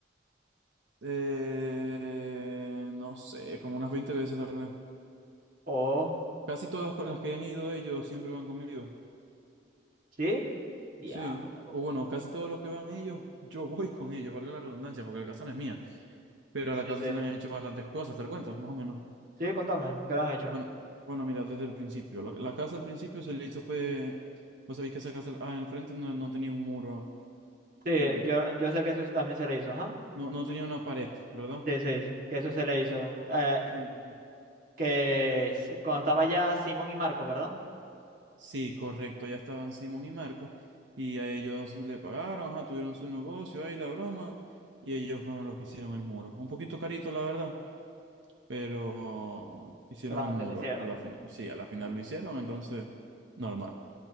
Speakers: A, on the right (about 80°); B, on the right (about 50°).
A: Eh, no sé, como unas 20 veces tal vez.
B: Oh,
A: Casi todas con las que han ido ellos siempre van conmigo.
B: ¿sí? Diablo.
A: Sí. O bueno, casi todos los que van ellos, yo <laughs> voy con ellos, valga la redundancia, porque la casa no es mía. Pero
B: Sí,
A: a la casa
B: sí.
A: se le han hecho bastantes cosas, te lo cuento, más o menos.
B: Sí, contame, ¿qué le han hecho?
A: Bueno, bueno, mira, desde el principio. La, la casa al principio se le hizo fue. Vos sabéis que esa casa, ah, enfrente no, no tenía un muro.
B: Sí,
A: mm,
B: yo, yo sé que eso también se le hizo, ajá.
A: No, no tenía una pared, ¿verdad?
B: Sí, sí, sí, que eso se le hizo. Eh,
A: Sí,
B: que s- cuando estaba ya Simón y Marcos, ¿verdad?
A: sí, correcto. Ya estaban Simón y Marcos y a ellos le pagaron, ajá, tuvieron su negocio ahí, la broma, y ellos fueron los que hicieron el muro. Un poquito carito, la verdad, pero hicieron
B: Pero no
A: el muro
B: se le hicieron.
A: a la final. Sí, a la final lo hicieron, entonces, normal.